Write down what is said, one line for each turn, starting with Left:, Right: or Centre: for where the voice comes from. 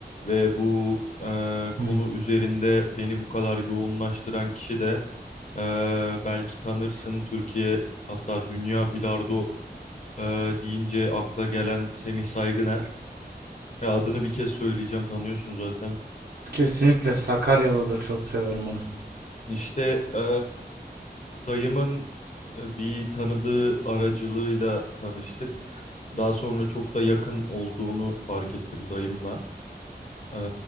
Left: ve bu eee, konu
Right: Hmm.
Left: üzerinde beni bu kadar yoğunlaştıran kişi de ee, belki tanırsın Türkiye hatta dünya bilardo e, deyince akla gelen Semih Saygıner. Ya adını bir kez söyleyeceğim tanıyorsun zaten.
Right: Kesinlikle Sakaryalıdır. Çok severim onu.
Left: İşte e, dayımın e, bir tanıdığı aracılığıyla tanıştık. Daha sonra çok da yakın olduğunu fark ettim dayımla. Ee,